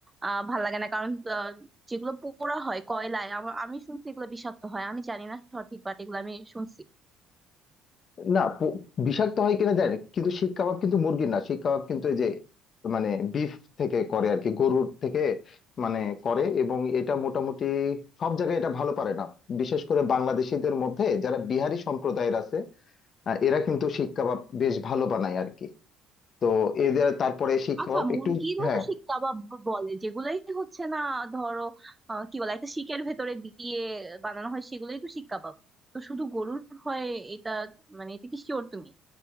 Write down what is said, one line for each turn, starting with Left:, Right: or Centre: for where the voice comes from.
Right: আহ ভালো লাগে না কারণ আহ, যেগুলো পোড়া হয় কয়লায় আমার- আমি শুনছি এগুলো বিষাক্ত হয় আমি জানি না সঠিক বাট এগুলো আমি শুনছি
Left: না প- বিষাক্ত হয় কিনা জানি না, কিন্তু শিক কাবাব কিন্তু মুরগির না শিক কাবাব কিন্তু এই যে মানে বিফ থেকে করে আর কি গরুর থেকে মানে করে এবং এটা মোটামুটি সব জায়গায় এটা ভালো পারে না বিশেষ করে বাংলাদেশিদের মধ্যে যারা বিহারি সম্প্রদায়ের আছে আহ, এরা কিন্তু শিক কাবাব বেশ ভালো বানায় আর কি তো এদের তারপরে শিক
Right: আচ্ছা
Left: কাবাব
Right: মুরগিরও
Left: একটু হ্যাঁ
Right: তো শিক কাবাব বলে যেগুলাই হচ্ছে না ধরো আহ, কি বলে একটা শিকের ভেতরে দিয়ে বানানো হয় সেগুলোই তো শিক কাবাব তো শুধু গরুর হয় এটা মানে এটা কি শিওর তুমি